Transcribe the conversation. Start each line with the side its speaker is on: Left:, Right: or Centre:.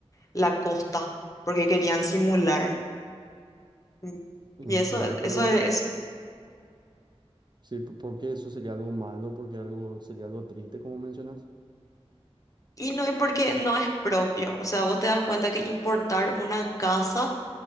Left: la costa porque querían simular. Mm.
Right: Entiendo.
Left: Y eso,
Right: Pero,
Left: eso es,
Right: pero
Left: es-
Right: sí, ¿por por qué eso sería algo malo? Porque algo sería algo triste, como mencionas.
Left: y no es porque no es propio, o sea, vos te das cuenta que importar una casa